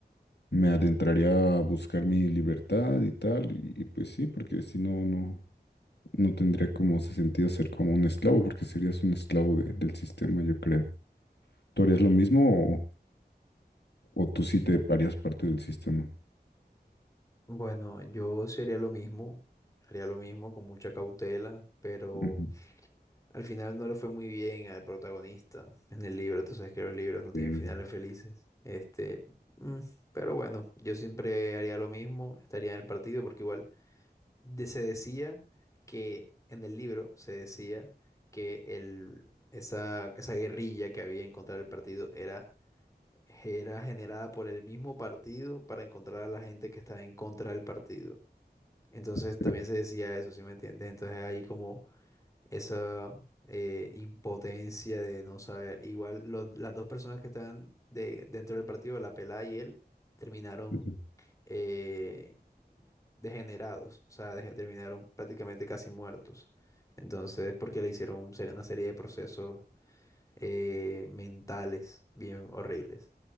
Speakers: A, on the left (about 80°); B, on the left (about 20°).
A: me adentraría a buscar mi libertad y tal, y, y pues sí, porque si no, no. No tendría como ese sentido ser como un esclavo, porque serías un esclavo de- del sistema, yo creo. ¿Tú harías lo mismo o, o tú sí te harías parte del sistema?
B: Bueno, yo sí haría lo mismo, haría lo mismo con mucha cautela, pero
A: Ujú.
B: Al final no le fue muy bien al protagonista en el libro. Tú sabes que los libros no tienen
A: Sí,
B: finales felices. Este, mm, pero bueno, yo siempre haría lo mismo, estaría en el partido porque igual de- se decía que en el libro se decía que el, esa, esa guerrilla que había en contra del partido era, era generada por el mismo partido para encontrar a la gente que estaba en contra del partido. Entonces
A: creo
B: también
A: que
B: se decía eso, ¿sí me entiendes? Entonces ahí como esa eh, impotencia de no saber. Igual los- las dos personas que estaban de, dentro del partido, la pelada y él, terminaron
A: sí.
B: eh, degenerados, o sea, deje- terminaron prácticamente casi muertos. Entonces, porque le hicieron un ser- una serie de procesos eh, mentales bien horribles.